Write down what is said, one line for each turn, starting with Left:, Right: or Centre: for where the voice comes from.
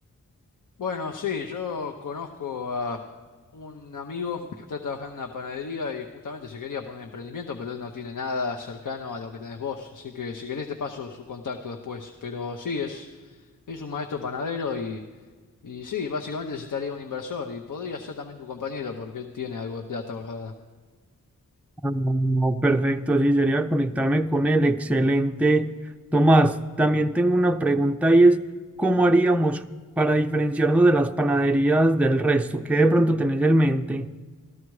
Left: Bueno, sí, yo conozco a un amigo que está trabajando en una panadería y justamente se quería poner emprendimiento, pero él no tiene nada cercano a lo que tenés vos. Así que si querés te paso su contacto después. Pero sí, es, es un maestro panadero y, y sí, básicamente necesitaría un inversor y podría ser también tu compañero porque él tiene algo de plata ahorrada.
Centre: Ah, no, perfecto, sí, sería conectarme con él. Excelente. Tomás, también tengo una pregunta y es, ¿cómo haríamos para diferenciarnos de las panaderías del resto? ¿Qué de pronto tenés en mente?